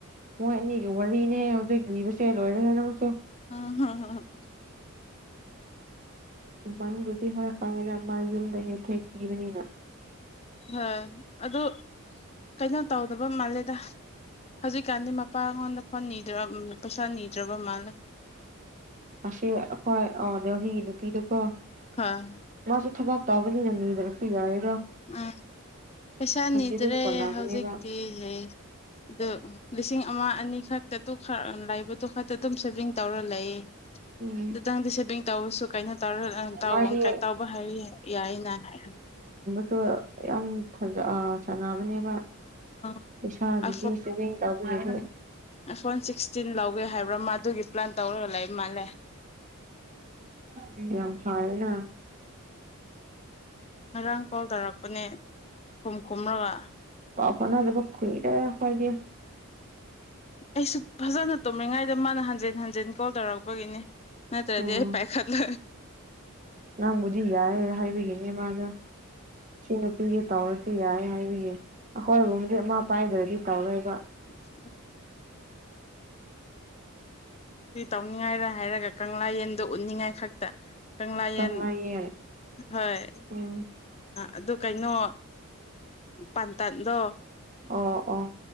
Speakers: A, on the right (about 35°); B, on the left (about 30°).
A: ꯃꯣꯏ ꯑꯅꯤꯁꯨ ꯋꯥꯔꯤꯅꯦ ꯍꯧꯖꯤꯛ ꯂꯤꯕꯁꯦ ꯂꯣꯏꯔꯦ ꯅꯪꯁꯨ
B: ꯑꯝ ꯍꯝꯝ
A: ꯕꯟꯕꯨꯗꯤ ꯍꯣꯏ ꯈꯪꯉꯤꯗ ꯃꯥ ꯌꯨꯝꯗ ꯍꯦꯛ ꯍꯦꯛ ꯀꯤꯕꯅꯤꯅ
B: ꯍꯣꯏ ꯑꯗꯨ ꯀꯩꯅꯣ ꯇꯧꯗꯕ ꯃꯥꯜꯂꯦꯗ ꯍꯧꯖꯤꯛꯀꯥꯟꯗꯤ ꯅꯨꯄꯥ ꯑꯩꯉꯣꯟꯗ ꯐꯣꯟ ꯅꯤꯗ꯭ꯔ ꯄꯩꯁꯥ ꯅꯤꯗ꯭ꯔꯕ ꯃꯥꯜꯂꯦ
A: ꯃꯥꯁꯤ ꯑꯩꯈꯣꯏ ꯑꯗꯍꯤ ꯅꯨꯄꯤꯗꯨꯀꯣ
B: ꯍꯣꯏ
A: ꯃꯥꯁꯤ ꯊꯕꯥꯛ ꯇꯕꯅꯤ ꯅꯅꯤꯗꯔꯁꯤ ꯌꯥꯌꯦ
B: ꯑ ꯄꯩꯁꯥꯅꯤꯗ꯭ꯔꯦ
A: ꯑꯗꯨꯝ ꯀꯣꯟꯅꯒꯅꯦꯕ
B: ꯍꯧꯖꯤꯛꯇꯤ ꯂꯩ ꯑꯗꯨ ꯂꯤꯁꯤꯡ ꯑꯃ ꯑꯅꯤ ꯈꯛꯇ ꯑꯗꯨ ꯂꯥꯏꯕꯗꯨ ꯈꯛꯇ ꯑꯗꯨꯝ ꯁꯦꯚꯤꯡ ꯇꯧꯔ ꯂꯩ
A: ꯎꯝ
B: ꯑꯗꯨꯇꯪꯗꯤ ꯁꯦꯚꯤꯡ ꯇꯧꯔꯁꯨ ꯀꯥꯏꯩꯅꯣ ꯇꯧꯔ
A: ꯃꯥꯗꯤ
B: ꯇ ꯍꯥꯏ ꯌꯥꯏꯌꯦꯅ ꯍꯥꯏ
A: ꯁꯨ ꯌꯥꯝꯖ ꯁꯥꯟꯅꯕꯅꯦꯕ
B: ꯑ
A: ꯄꯩꯁꯥꯒꯤꯗꯤ
B: ꯑ
A: ꯁꯦꯚꯤꯡ ꯇꯧꯕꯒꯤꯗꯤ
B: ꯐ ꯁꯤꯛꯇꯤꯟ ꯂꯧꯋꯦ ꯍꯥꯏꯕ꯭ꯔ ꯑꯗꯨ ꯄ꯭ꯂꯥꯟ ꯇꯧꯔꯔꯂ ꯏ ꯃꯂꯦ
A: ꯑ ꯌꯥꯝ ꯐꯑꯅ
B: ꯉꯔꯥꯡ ꯀꯣꯜ ꯇꯧꯔꯛꯄꯅꯦ ꯈꯨꯝ ꯈꯨꯝꯔꯒ
A: ꯑꯣ ꯅꯥꯗꯕ ꯀꯏꯔꯦ ꯈꯣꯏꯗ
B: ꯑꯩꯁꯨ ꯐꯖꯅ ꯇꯨꯝꯃꯤꯉꯩꯗ ꯃꯥꯅ ꯍꯟꯖꯤꯟ ꯍꯟꯖꯤꯟ ꯀꯣꯜ ꯇꯧꯔꯛꯄꯒꯤꯅꯤ ꯅꯠꯇ꯭ꯔ
A: ꯑꯣ
B: ꯑꯗꯨꯦ ꯄꯥꯏ ꯈꯠꯂ
A: ꯅꯪꯕꯨꯗꯤ ꯌꯥꯏꯦ ꯍꯥꯏꯕꯤꯒꯦꯅꯦ ꯃꯥꯒ ꯁꯤ ꯄ ꯇꯧꯔꯁꯨ ꯌꯥꯏ ꯍꯥꯏꯕ ꯌꯦꯡ ꯑꯩꯈꯣꯏꯕꯝꯗꯤ ꯑꯃꯥ ꯄꯥꯏꯗ꯭ꯔꯗꯤ ꯇꯧꯔꯣꯏꯕ
B: ꯎ ꯎꯝ ꯁꯤ ꯇꯧꯅꯤꯡꯉꯥꯏꯔ ꯍꯥꯏꯔꯒ ꯀꯪꯂꯥ ꯌꯦꯟꯗꯣ ꯎꯠꯅꯤꯡꯉꯥꯏ ꯈꯛꯇ ꯀꯪꯂꯥꯌꯦꯟ
A: ꯀꯪꯂꯥ ꯌꯦꯟ
B: ꯍꯣꯏ
A: ꯎꯝ
B: ꯑꯗꯨ ꯀꯩꯅꯣ ꯄꯥꯟꯇꯟꯗꯣ
A: ꯑꯣ ꯑꯣ